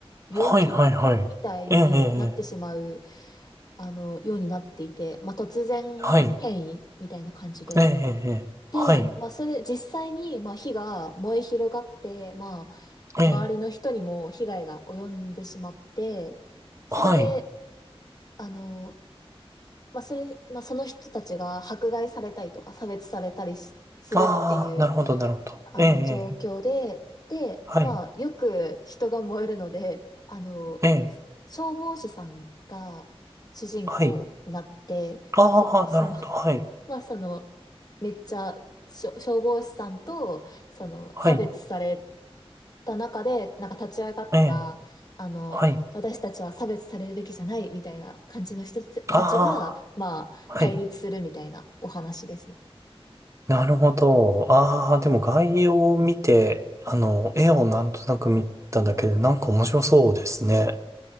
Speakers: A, on the left; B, on the right.
A: 病気みたいになってしまう、
B: はい、はい、はい。ええ、ええ、
A: あの、ようになっていて、まあ、突然変異みたいな感じで。
B: はい、ええ、ええ、
A: で、
B: はい、
A: まあ、それ、実際に、まあ、火が燃え広がって、まあ、
B: ええ、
A: 周りの人にも被害が及んでしまって、それで、
B: はい。
A: あの、まあ、それ、まあ、その人たちが迫害されたりとか差別されたりしするっていう、
B: ああ、なるほど、なるほど。
A: あの状況で、
B: ええ、ええ
A: で、
B: はい、
A: まあ、よく人が燃えるので、あの、
B: ええ、
A: 消防士さんが主人公になって、
B: はい。ああ、
A: そ、その
B: なるほど、はい、
A: まあその、めっちゃしょ消防士さんと、その、
B: はい、
A: 差別された中で、なんか立ち上がった、
B: ええ、
A: あの、
B: はい。
A: 私たちは差別されるべきじゃないみたいな感じの人たちが、
B: あ
A: まあ、
B: あ、はい。
A: 対立するみたいなお話ですね。
B: なるほど。ああ、でも概要を見て、あの、絵をなんとなく見ただけで、なんか面白そうですね。